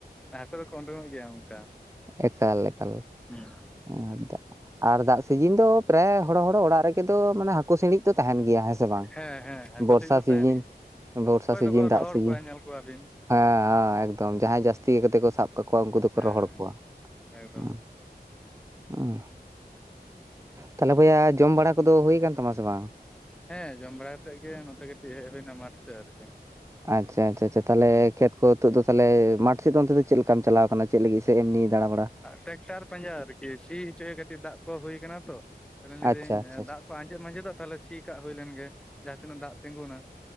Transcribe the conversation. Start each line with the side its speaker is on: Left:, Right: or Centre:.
Centre: ᱦᱟᱠᱳ ᱫᱚᱠᱚ ᱩᱳᱰᱚᱝ-ᱚᱜ ᱜᱮᱭᱟ ᱚᱱᱠᱟ᱾
Right: ᱮᱠᱟᱞ ᱮᱠᱟᱞ
Centre: ᱦᱩᱸ
Right: <unintelligible> ᱟᱨ ᱫᱟᱜ ᱥᱤᱡᱤᱱ ᱫᱚ ᱯᱨᱟᱭ ᱦᱚᱲᱚ ᱦᱚᱲᱚ ᱚᱲᱟᱜ ᱨᱮᱜᱮ ᱫᱚ ᱢᱟᱱᱮ ᱦᱟᱹᱠᱩ ᱥᱤᱬᱤᱡ ᱫᱚ ᱛᱟᱦᱮᱱ ᱜᱮᱭᱟ, ᱦᱮᱸ ᱥᱮ ᱵᱟᱝ?
Centre: ᱦᱮᱸ ᱦᱮᱸ ᱦᱟᱠᱳ
Right: ᱵᱚᱨᱥᱟ
Centre: ᱥᱤᱬᱤᱡ ᱫᱚ ᱛᱟᱦᱮᱱ
Right: ᱥᱤᱡᱤᱱ
Centre: ᱜᱮᱭᱟ᱾
Right: ᱵᱚᱨᱥᱟ
Centre: ᱚᱠᱚᱭ
Right: ᱥᱤᱡᱤᱱ
Centre: ᱫᱚᱠᱚ ᱨᱚᱦᱚᱲ
Right: ᱫᱟᱜ ᱥᱤᱡᱤᱱ,
Centre: ᱠᱚᱣᱟ ᱧᱮᱞ ᱠᱚᱣᱟᱵᱤᱱ
Right: ᱦᱮᱸᱻ ᱮᱠᱫᱚᱢ ᱡᱟᱦᱟᱸᱭ ᱡᱟᱹᱥᱛᱤ ᱠᱟᱛᱮ ᱠᱚ ᱥᱟᱵ ᱠᱟᱫ ᱠᱚᱣᱟ ᱩᱱᱠᱩ ᱫᱚᱠᱚ
Centre: ᱦᱮᱸ
Right: ᱨᱚᱦᱚᱲ ᱠᱚᱣᱟ
Centre: ᱮᱠᱫᱚᱢ
Right: ᱦᱩᱸ᱾ ᱩᱸ ᱛᱟᱦᱞᱮ ᱵᱚᱭᱦᱟ ᱡᱚᱢ ᱵᱟᱲᱟ ᱠᱚ ᱫᱚ ᱦᱩᱭ ᱠᱟᱱ ᱛᱟᱢᱟ ᱥᱮ ᱵᱟᱝ?
Centre: ᱦᱮᱸ ᱡᱚᱢ ᱵᱟᱲᱟ ᱠᱟᱛᱮᱫ ᱜᱮ ᱱᱚᱛᱮ ᱠᱟᱹᱴᱤᱡ ᱦᱮᱡ ᱦᱩᱭᱱᱟ ᱢᱟᱴᱷ ᱥᱮᱫ ᱟᱨᱠᱤ᱾
Right: ᱟᱪᱪᱷᱟ ᱟᱪᱪᱷᱟ ᱪᱷᱟ ᱪᱷᱟ ᱛᱟᱦᱚᱞᱮ
Centre: ᱦᱩᱸ
Right: ᱠᱷᱮᱛᱼᱼ ᱱᱤᱛᱚᱜ ᱫᱚ ᱛᱟᱦᱚᱞᱮ ᱢᱟᱴᱷ ᱥᱮᱫ ᱫᱚ ᱚᱱᱛᱮ ᱫᱚ ᱪᱮᱫ ᱞᱮᱠᱟᱢ ᱪᱟᱞᱟᱣ ᱠᱟᱱᱟ, ᱪᱮᱫ ᱞᱟᱹᱜᱤᱫ ᱥᱮᱫ ᱮᱢᱱᱤ ᱫᱟᱬᱟ ᱵᱟᱲᱟ?
Centre: ᱴᱮᱠᱴᱟᱨ ᱯᱟᱸᱡᱟ ᱟᱨᱠᱤ ᱥᱤ ᱦᱚᱪᱚᱭ ᱠᱟᱹᱴᱤᱡ ᱫᱟᱜ ᱠᱚ ᱦᱩᱭ ᱠᱟᱱᱟ ᱛᱚ᱾ ᱛᱟᱦᱚᱞᱮ ᱞᱟᱹᱭ
Right: ᱟᱪᱪᱷᱟ
Centre: ᱫᱟᱹᱧ
Right: ᱟᱪᱪᱷᱟ ᱟᱪᱪᱷᱟ
Centre: ᱫᱟᱜ ᱠᱚ ᱟᱸᱡᱮᱫ ᱢᱟᱡᱮᱫᱚᱜ ᱛᱟᱦᱞᱮ ᱥᱤ ᱠᱟᱜ ᱦᱩᱭ ᱞᱮᱱ ᱜᱮ ᱡᱟᱦᱟᱸ ᱛᱤᱱᱟᱹᱜ ᱫᱟᱜ ᱛᱤᱸᱜᱩᱱᱟ᱾